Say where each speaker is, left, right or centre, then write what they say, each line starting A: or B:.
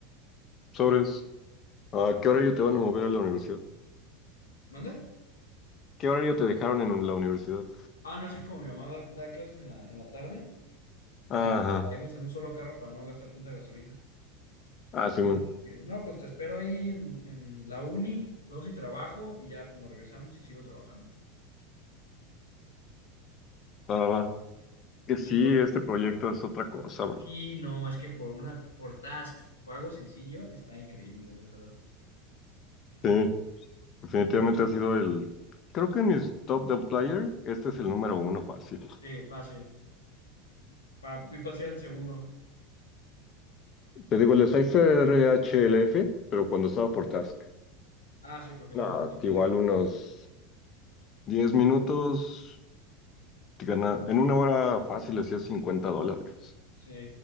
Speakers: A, on the left (about 40°); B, on the left (about 85°).
A: Sobres. ¿A
B: Sí.
A: qué horario te van a mover a la universidad?
B: ¿Mande?
A: ¿Qué horario te dejaron en la universidad?
B: Ah, no, es que como mi mamá da, da clases en la, en la tarde
A: Ajá.
B: y irnos en un solo carro para no gastar tanta gasolina.
A: Ah,
B: Entonces
A: Simón.
B: me dije que, no, pues te espero ahí en, en la uni, veo si trabajo y ya pues, nos regresamos y sigo trabajando.
A: Va, va. Que
B: Y
A: sí,
B: yo creo que
A: este proyecto es otra cosa, bro.
B: sí, no, es que por una, por task, por algo sencillo, está increíble, de verdad.
A: Sí, definitivamente ha sido el. Creo que en mis top de Outlier, este es el número uno fácil.
B: Sí, fácil. Para, ¿y cuál sería el segundo?
A: Te digo, el Cypher HLF, pero cuando estaba por Task.
B: Ah, sí, porque
A: No,
B: luego se cambió
A: igual
B: de que por
A: unos
B: hora.
A: 10 minutos, te gana- en una hora fácil hacía 50 dólares.
B: Sí.